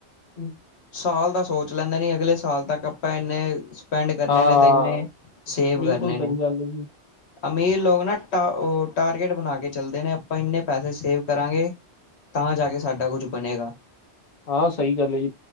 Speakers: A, on the left; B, on the left.
A: ਹਮ।
B: ਸਾਲ ਦਾ ਸੋਚ ਲੈਂਦਾ ਨੇ, ਅਗਲੇ ਸਾਲ ਤੱਕ ਆਪਾਂ ਇੰਨੇ ਸਪੈਂਡ ਕਰਨੇ
A: ਹਾਂ
B: ਨੇ, ਤੇ ਇੰਨੇ ਸੇਵ
A: ਬਿਲਕੁਲ
B: ਕਰਨੇ
A: ਸਹੀ
B: ਨੇ
A: ਗੱਲ ਹੈ ਜੀ
B: ਅਮੀਰ ਲੋਕ ਨਾ ਟ ਉਹ ਟਾਰਗੇਟ ਬਣਾ ਕੇ ਚੱਲਦੇ ਨੇ, ਆਪਾਂ ਇੰਨੇ ਪੈਸੇ ਸੇਵ ਕਰਾਂਗੇ। ਤਾਂ ਜਾ ਕੇ ਸਾਡਾ ਕੁੱਝ ਬਣੇਗਾ।
A: ਹਾਂ, ਸਹੀ ਗੱਲ ਏ।